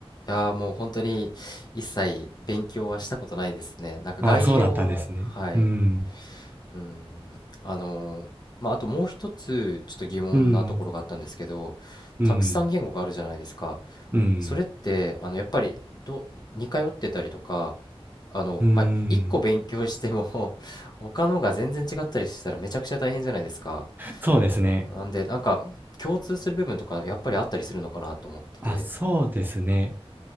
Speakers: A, on the left; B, on the right.
A: いやーもう本当に一切勉強はしたことないですねなんか概要ははい
B: あ、そうだったんですね。うん。
A: うーんあのーまあ、あともう一つちょっと疑問なところがあったんですけど
B: うん、うん、
A: たくさん言語があるじゃないですか
B: うん、
A: それってあのやっぱりど似通ってたりとかあの、
B: うん。
A: まあ、一個勉強しても <laughs> 他のが全然違ったりしたらめちゃくちゃ大変じゃないですか
B: そうですね。
A: なんでなんか共通する部分とかやっぱりあったりするのかなと思ってて
B: あ、そうですね。